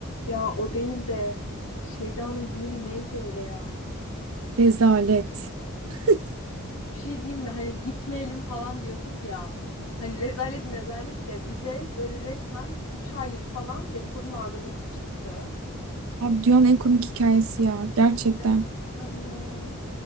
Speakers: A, on the left (about 80°); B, on the right (about 70°).
A: Ya o değil de Şeyda'nın düğünü neydi öyle ya?
B: Rezalet. <laughs>
A: Bir şey diyeyim mi? Hani gitmeyelim falan diyorduk ya. Hani rezalet mezalet de bize böyle resmen 3 aylık falan dedikodu malzemesi çıktı.
B: Abi dünyanın en komik hikayesi ya. Gerçekten.
A: Gerçekten ya.